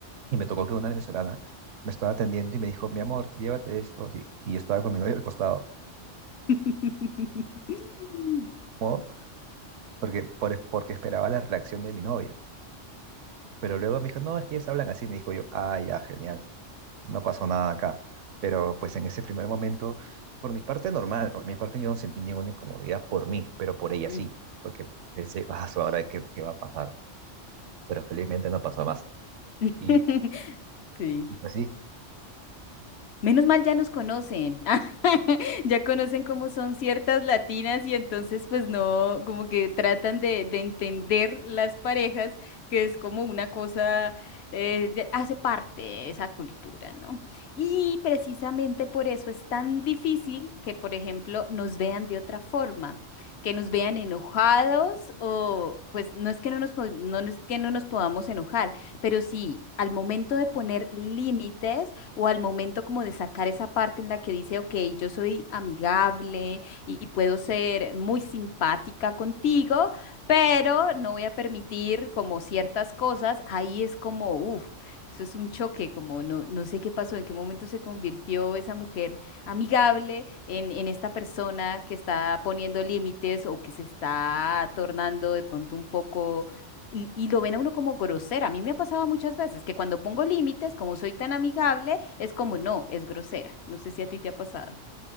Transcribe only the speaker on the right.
Y me tocó que una venezolana me estaba atendiendo y me dijo, mi amor, llévate esto, así, y yo estaba con mi novia al costado,
¿no? Porque, por, porque esperaba la reacción de mi novia. Pero luego me dijo, no, es que ellas hablan así, me dijo yo, ah, ya, genial. no pasó nada acá. Pero pues en ese primer momento, por mi parte normal, por mi parte yo no sentí ninguna incomodidad por mí, pero por ella
sí, porque pensé, ah, su, ahora qué, qué va a pasar, pero felizmente no pasó más.
Y
pues sí,